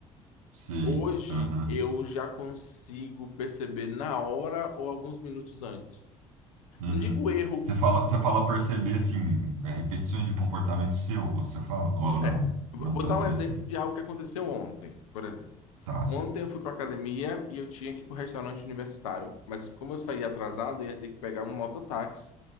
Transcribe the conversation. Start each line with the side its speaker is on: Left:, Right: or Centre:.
Right: sei,
Left: Hoje
Right: aham.
Left: eu já consigo perceber na hora ou alguns minutos antes.
Right: Uhum.
Left: Não digo erro
Right: Você fala, você fala perceber, assim, é, repetições de comportamento seu, você fala? Ou não?
Left: É, vou
Right: Não tanto
Left: dar um
Right: nesse.
Left: exemplo de algo que aconteceu ontem, por exemplo.
Right: Tá.
Left: Ontem eu fui para academia e eu tinha que ir para o restaurante universitário, mas como eu saí atrasado, eu ia ter que pegar um mototáxi.